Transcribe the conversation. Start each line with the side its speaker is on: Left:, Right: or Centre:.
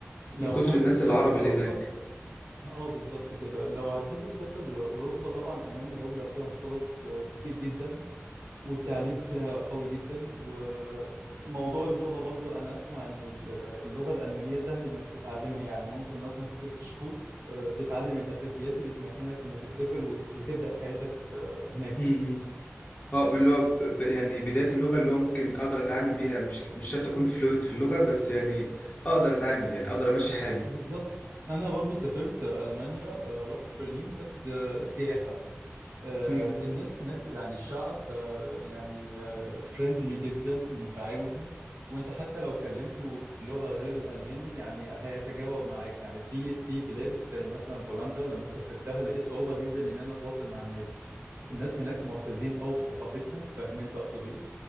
Right: لو
Left: من كتر
Right: حابب
Left: الناس
Right: تسافر
Left: العرب
Right: اوروبا
Left: اللي هناك
Right: اه بالظبط كده لو هتحب تسافر اوروبا طبعا المانيا دوله فيها فرص آه، كتير جدا والتعليم فيها
Left: مم.
Right: قوي جدا وموضوع اللغه برضو انا اسمع ان اللغه الالمانيه سهل انك تتعلمها يعني ممكن مثلا في ست شهور آه، تتعلم الاساسيات اللي تمكنك انك تسافر وت- وتبدا حياتك آه، هناك
Left: مم.
Right: يعني
Left: اه اللي هو ب- ب- يعني بداية اللغة اللي هو ممكن أقدر أتعامل بيها مش مش شرط أكون فلوينت في اللغة بس يعني أقدر أتعامل يعني أقدر أمشي حالي
Right: بالظبط انا برضو سافرت المانيا آه، رحت برلين بس آه، سياحه آه،
Left: مم.
Right: الناس هناك يعني الشعب آه، يعني فريندلي جدا ومتعاون وانت حتى لو كلمته بلغة غير الألماني يعني هيتجاوب معاك يعني في في بلاد زي مثلا بولندا لما سافرتها لقيت صعوبة جدا ان انا اتواصل مع الناس الناس هناك معتزين قوي بثقافتهم فاهم انت اقصد ايه